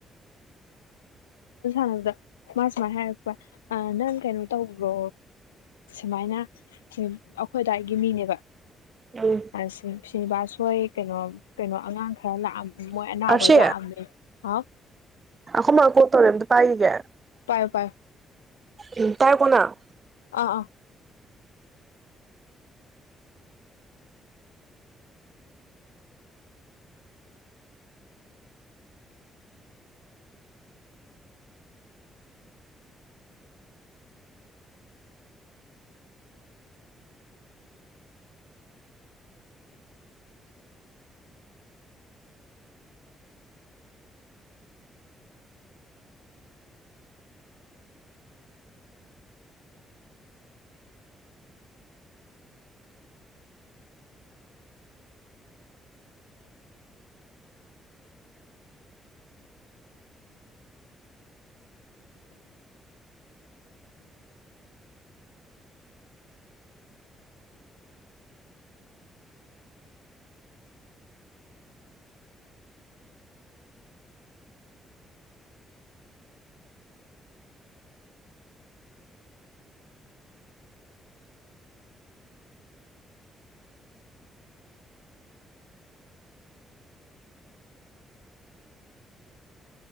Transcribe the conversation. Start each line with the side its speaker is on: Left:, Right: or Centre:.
Left: <inaudible> ꯃꯥ ꯁꯨꯃꯥꯏꯅ ꯍꯥꯏꯔꯛꯄ ꯑ ꯅꯪ ꯀꯩꯅꯣ ꯇꯧꯕ꯭ꯔꯣ ꯁꯨꯃꯥꯏꯅ ꯁꯤꯝ ꯑꯈꯣꯏ ꯑꯗꯥꯏꯒꯤ ꯃꯤꯅꯦꯕ
Right: ꯎꯝ
Left: ꯑ ꯁ꯭ꯔꯤ ꯁ꯭ꯔꯤꯅꯤꯕꯥꯁꯍꯣꯏ ꯀꯩꯅꯣ ꯀꯩꯅꯣ ꯑꯉꯥꯡ ꯈ꯭ꯔ ꯂꯥꯛꯑꯝ ꯃꯣꯏ ꯑꯅꯥꯎ
Right: ꯑꯁꯤ
Left: ꯍꯣꯏ ꯂꯥꯛꯑꯝꯃꯦ ꯍꯥꯎ
Right: ꯑꯈꯣꯏꯃꯥ ꯀꯣꯜ ꯇꯧꯔꯛꯑꯦ ꯑꯝꯇ ꯄꯥꯏꯒꯤꯒꯦ꯫
Left: ꯄꯥꯏꯌꯣ ꯄꯥꯏꯌꯣ
Right: ꯎꯝ ꯄꯥꯏꯌꯨꯀꯣ ꯅꯪ
Left: ꯑꯥ ꯑꯥ